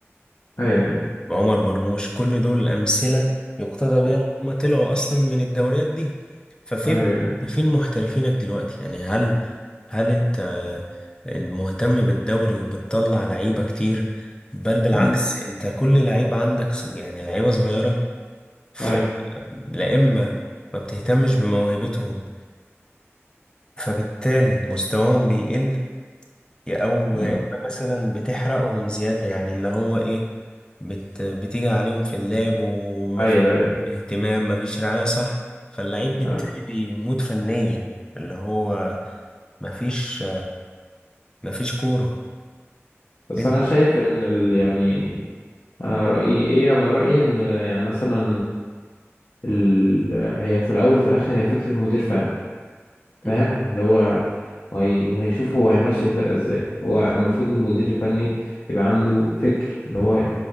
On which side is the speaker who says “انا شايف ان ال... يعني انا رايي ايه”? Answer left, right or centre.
Left